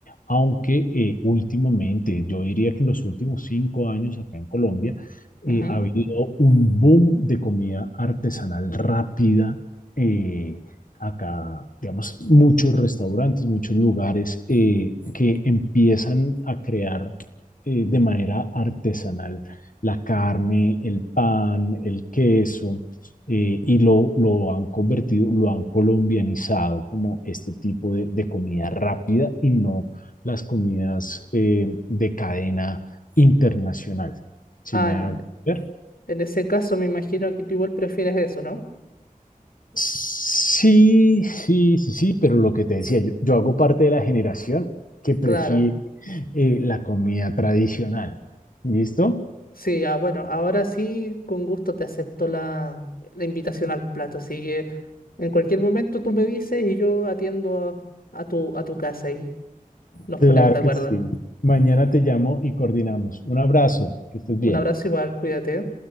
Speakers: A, on the left (about 65°); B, on the left (about 85°).
A: Aunque eh, últimamente, yo diría que en los últimos cinco años acá en Colombia,
B: Ujú.
A: eh, ha habido un boom de comida artesanal rápida eh, acá, digamos, muchos restaurantes, muchos lugares eh, que empiezan a crear eh, de manera artesanal la carne, el pan, el queso, eh, y lo, lo han convertido, lo han colombianizado como este tipo de, de comida rápida y no las comidas eh, de cadena internacional. Si
B: Ah,
A: me
B: en,
A: hago ver.
B: en ese caso me imagino que tú igual prefieres eso, ¿no?
A: Sí, sí, sí, sí, pero lo que te decía, yo, yo hago parte de la generación que prefiere
B: Claro.
A: eh, la comida tradicional. ¿Listo?
B: Sí, ah, bueno, ahora sí, con gusto te acepto la, la invitación al plato, así que en cualquier momento tú me dices y yo atiendo a, a tu, a tu casa y nos
A: Claro
B: ponemos de acuerdo.
A: que sí. Mañana te llamo y coordinamos. Un abrazo, que estés
B: Un
A: bien.
B: abrazo igual, cuídate.